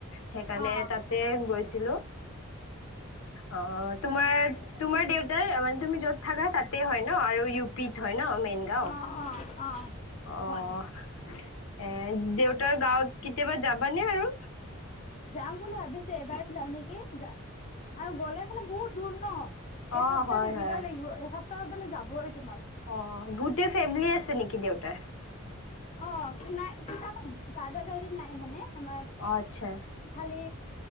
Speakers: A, on the left (about 80°); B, on the left (about 30°).
A: সেইকাৰণে
B: অ
A: তাতে গৈছিলোঁ। অ' তোমাৰ
B: আৰু
A: তোমাৰ দেউতাৰ মানে তুমি য'ত থাকা তাতে হয় ন' আৰু ইউ পিত হয় ন' মেইন? গাওঁ,
B: অ অ অ
A: অ'।
B: হয় হয়
A: এ, দেউতাৰ গাঁৱত কেতিয়াবা যাবানে আৰু?
B: যাম বুলি ভাবিছোঁ, এবাৰ যাওঁ নেকি আৰু গ'লে মানে বহুত দূৰ ন'।
A: অ
B: এসপ্তাহ
A: হয়
B: থাকিবই
A: হয়
B: লাগিব, এসপ্তাহত মানে যাবই তোমাৰ।
A: অ' গোটেই ফেমিলিয়ে আছে নেকি দেউতাৰ?
B: অ' নাই কা আমাৰ দাদা দাদি নাই মানে, আমাৰ
A: অ' আচ্ছা।
B: খালি